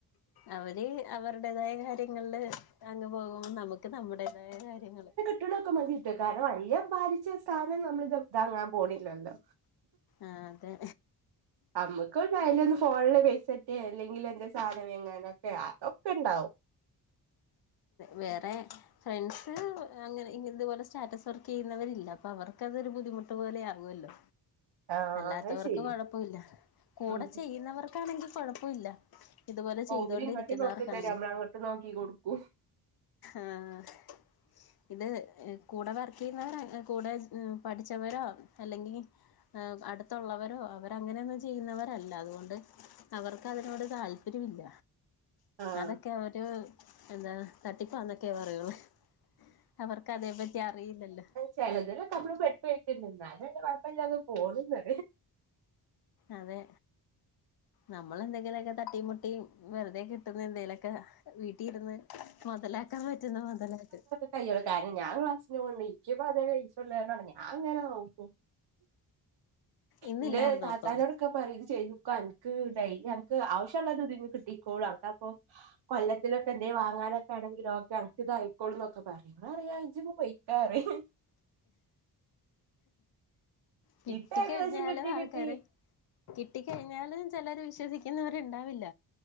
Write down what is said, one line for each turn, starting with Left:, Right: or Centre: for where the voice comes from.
Left: അവര് അവരുടേതായ കാര്യ കയങ്ങളില് അങ്ങ് പോകുമ്പോൾ നമുക്ക് നമ്മുടേതായ കാര്യങ്ങൾ
Right: കട്ടണൊക്കെ മതിട്ട് കാരണം അയ്യ പാലിച്ച സ്ഥാനം നമ്മളിത് താങ്ങാൻ പോണില്ലല്ലോ
Left: ആഹ് അതെന്നെ
Right: നമ്മക്ക് ഒന്ന് ഫോണില് പൈസേറ്റെ അല്ലെങ്കിൽ എന്തെലും സാധനം വങ്ങാന ഒക്കെ അതൊക്കെ ഉണ്ടാവും
Left: വേറെ ഫ്രണ്ട്സ് അങ്ങനെ ഇ ഇതുപോലെ സ്റ്റാറ്റസ് വർക്ക് ചെയ്യുന്നവരില്ല അപ്പൊ അവർക്കതൊരു ബുദ്ധിമുട്ട് പോലെ ആകുവല്ലോ
Right: ആഹ്
Left: അല്ലാത്തവർക്ക്
Right: അത് ശരി
Left: കൊഴപ്പമില്ല കൂടെ
Right: ഉം
Left: ചെയ്യുന്നവർക്കാണെങ്കിൽ കുഴപ്പമില്ല ഇതുപോലെ ചെയ്തൊണ്ടിരിക്കുന്നവർക്കാണെങ്കിൽ
Right: ഓരിങ്ങട്ടും നോക്കി തരും നമ്മൾ അങ്ങോട്ട് നോക്കി കൊടുക്കൂ
Left: ആഹ് ഇത് കൂടെ വർക്ക് ചെയ്യുന്നവർ കൂടെ പഠിച്ചവരോ അല്ലെങ്കിൽ അടുത്തുള്ളവരോ അവര അങ്ങനെയൊന്നും ചെയ്യുന്നവരല്ല അതുകൊണ്ട് അവർക്ക് അതിനോട് താല്പര്യമില്ല
Right: ആഹ്
Left: അതൊക്കെ ഒരു എന്താ തട്ടിപ്പാന്നൊക്കെ പറയുള്ളൂ അവർക്ക് അതേ പറ്റി അറിയില്ലല്ലോ
Right: ചെലതിലൊക്കെ നമ്മൾ പെട്ട്കെടക്കണ്ട് ന്നാൽ വല്ല കുഴപ്പമില്ലാതെ പോന്ന
Left: അതെ നമ്മളെന്തെങ്കിലുക്കെ തട്ടി മുട്ടിയ വെറുതെ കിട്ടുന്ന എന്തെങ്കലൊക്കെ വീട്ടിലിരുന്ന് മൊതലാക്കാൻ പറ്റുന്ന മൊതലാക്ക്
Right: കൈ്യള കാരണം ഞാ ക്ലാസിന് പോകണ്ട് എനിക്കിപ്പപ്പോ അതേ കഴിച്ചുള്ളാണ് ഞാൻ എങ്ങനെ നോക്കും
Left: ഇന്നില്ലായിരുന്നോ
Right: എന്റെ താത്താനോട്
Left: അപ്പം
Right: പറ ഇത് ചെയ് നോക്ക എനിക്ക് എനക്ക് ആവശ്യംള്ളത് ഇതിന്ന് കിട്ടിക്കോളു അന അപ്പൊ കൊല്ലത്തിലൊക്കെ എന്ത വാങ്ങാനൊക്കെ ആണെങ്കില ഓക്കെ അർക്ക ഇതായിക്കോളൂ എന്നൊക്കെ പറയാ ഞാൻ അറിയാംതെ ഇജ്ജോന്ന് പൊയിക്കാറിയ്‌
Left: കിട്ട
Right: ഇപ്പൊ ഏകദേശം
Left: കഴിഞ്ഞാലും
Right: കിട്ടി
Left: ആൾക്കാര്
Right: കിട്ടി
Left: കിട്ടി കഴിഞ്ഞാലും ചിലർ വിശ്വസിക്കുന്നാവരൂണ്ടാവില്ല